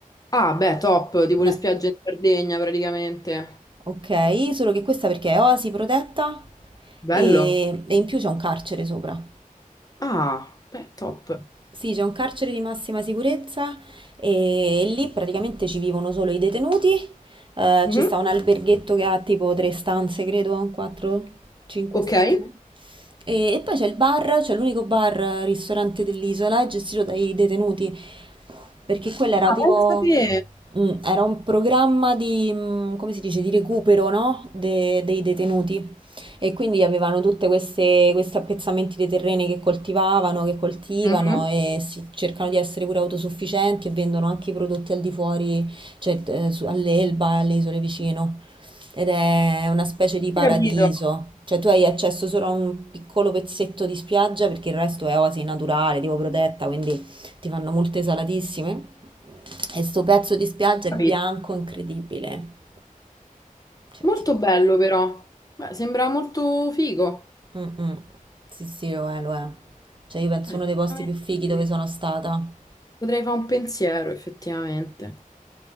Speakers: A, on the left; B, on the right.
A: Ah, beh, top, tipo
B: Eh.
A: le spiagge in Sardegna praticamente.
B: Ok, solo che questa perché è oasi protetta
A: Bello.
B: e, e in più c'è un carcere sopra.
A: Ah, beh, top.
B: Sì, c'è un carcere di massima sicurezza e lì praticamente ci vivono solo i detenuti. Eh,
A: Mhm.
B: ci sta un alberghetto che ha tipo tre stanze, credo, quattro, cinque
A: Ok.
B: stanze.
A: Ah,
B: E, e poi c'è il bar, c'è l'unico bar eh, ristorante dell'isola, è gestito dai detenuti, perché quello era tipo,
A: pensa te.
B: mm, era un programma di, mm, come si dice, di recupero, no? De- dei detenuti. E quindi avevano tutte queste, questi appezzamenti dei terreni che coltivavano, che coltivano
A: Mhm.
B: e si- cercano di essere pure autosufficienti e vendono anche i prodotti al di fuori, cioè eh, su- all'Elba e alle isole vicino. Ed è una specie di paradiso.
A: Capito,
B: Cioè tu hai accesso solo a un piccolo pezzetto di spiaggia perché il resto è oasi naturale, tipo protetta, quindi ti fanno multe salatissime. E sto pezzo di spiaggia è
A: capito.
B: bianco incredibile. Cioè
A: Molto
B: tipo
A: bello però. Beh, sembra molto figo.
B: Mm, mm. Sì, sì, lo è, lo è. Cioè, io penso
A: Eh,
B: uno
A: effettivamente.
B: dei posti più fighi
A: sì.
B: dove sono stata.
A: potrei fare un pensiero, effettivamente.